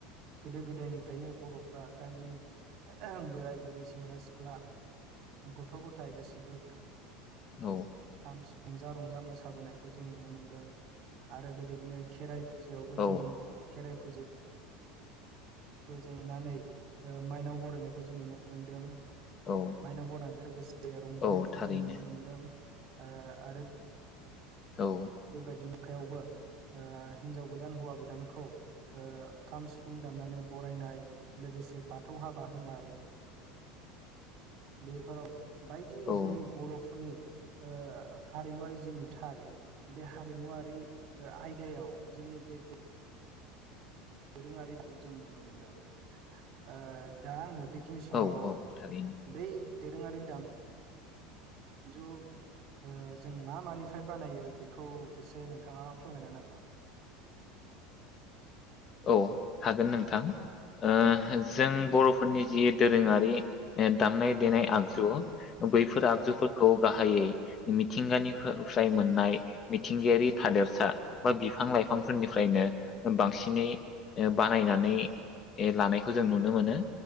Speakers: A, on the right; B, on the left.
A: गोदो गोदायनिफ्रायनो बरफ्रा गामिनि एहेम बोराय बुरै सेंग्रा सिख्ला उम गथ गथाय गासिबो
B: औ
A: खाम सिफ रंजा रंजा मोसाबोनाय । खौ‌ जों नुनो मोनदों आरो बेदि दिनो खेराइ फुजायावबो
B: औ
A: जोंनि खेराइ फुजा - जोंनानै ओ माइनाव बरायनायखौ जों नुनो मोनदों ।
B: औ
A: माइनाव बरायनायजों लोगोसे रंजानायखौबो
B: औ थारैनो
A: जों नुनो मोन्दों । आ आरो
B: औ।
A: बेबायदि <unintelligible> यावबो आ हिन्जाव गोदान हौवा गोदानखौ ओ खाम सिफुं दामनानै बरायनाय लोगोसे बाथौ हाबा होनाय बेफोराव बायदि
B: औ
A: जोंनि बर'फोरनि ओ हारिमुवारि जि नुथाय बे हारिमुवारि ओ आयदायाव जोंनि बे दो दोरोङारिखौ जों नुनो मोन्दों। ओ दा आङो बे बेखिनि समाव
B: औ औ थारैनो
A: बै दोरोङारि दाम जु ओ जों मा मानिफ्राय बानायो बेखौ एसे नोंथाङा फोरमायना होनो हागोन नामा?
B: औ हागोन नोंथां ओह जों बर' फोरनि जि दोरोङारि <inaudible> दामनाय देनाय आगजु बैफोर आगजुफोर खौ गाहायै मिथिंगानि फ्राय मोन्नाय मिथिंगायारि थादोरसा बा बिफां लाइफांफोरनिफ्रायनो बांसिन नै बानायनानै लानायखौ जों नुनो मोनो